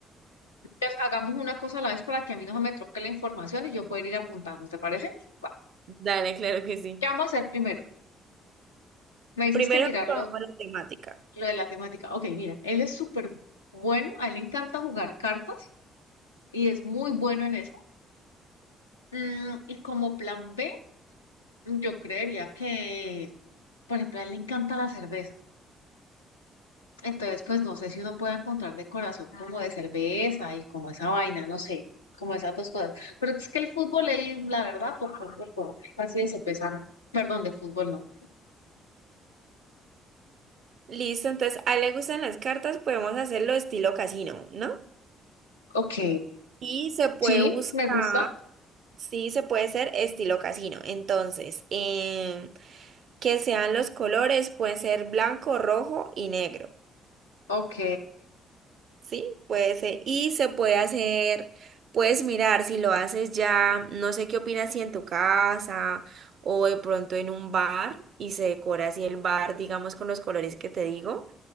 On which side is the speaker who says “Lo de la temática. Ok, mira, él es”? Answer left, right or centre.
Left